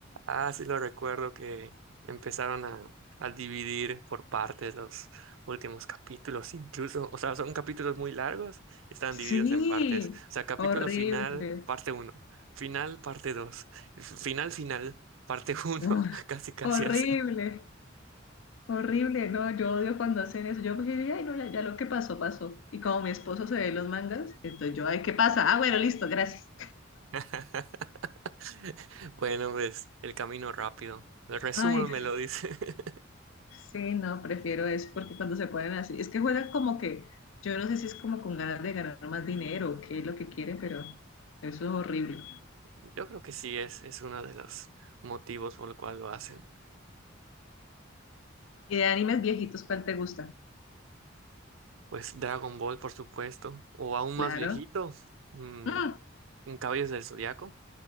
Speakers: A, on the right (about 80°); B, on the left (about 70°).
A: Ah, sí lo recuerdo que empezaron a, a dividir por partes los últimos capítulos, incluso, o sea, son capítulos muy largos, están divididos
B: Sí,
A: en partes. O sea, capítulo
B: horrible,
A: final, parte uno, final, parte 2, final, final, parte uno,
B: <laughs> Uf,
A: <laughs> casi casi
B: horrible,
A: así.
B: horrible, no, yo odio cuando hacen eso, yo pues, diría, ay, no, ya, ya lo que pasó, pasó, y como mi esposo se ve los mangas, entonces yo, ay, ¿qué pasa? Ah, bueno, listo, gracias.
A: <laughs> Bueno, pues el camino rápido. El resumen
B: Ay, sí.
A: me lo dice. <laughs>
B: Sí, no, prefiero eso porque cuando se ponen así, es que juegan como que, yo no sé si es como con ganas de ganar más dinero o qué es lo que quieren, pero eso es horrible.
A: Yo creo que sí es, es uno de los motivos por el cual lo hacen.
B: ¿Y de animes viejitos cuál te gusta?
A: Pues Dragon Ball, por supuesto. O aún
B: Claro.
A: más viejito, mm,
B: Mm,
A: Caballos del Zodiaco,